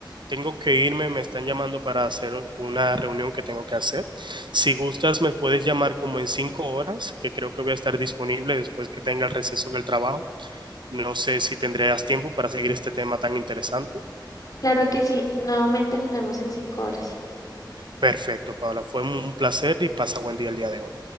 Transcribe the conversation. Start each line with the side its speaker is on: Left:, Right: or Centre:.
Right: tengo que irme, me están llamando para hacer una reunión que tengo que hacer. Si gustas, me puedes llamar como en cinco horas, que creo que voy a estar disponible después que tenga el receso del trabajo. No sé si tendrías tiempo para seguir este tema tan interesante.
Left: Claro que sí, nuevamente nos vemos en cinco horas.
Right: Perfecto, Paola, fue un placer y pasa buen día el día de hoy.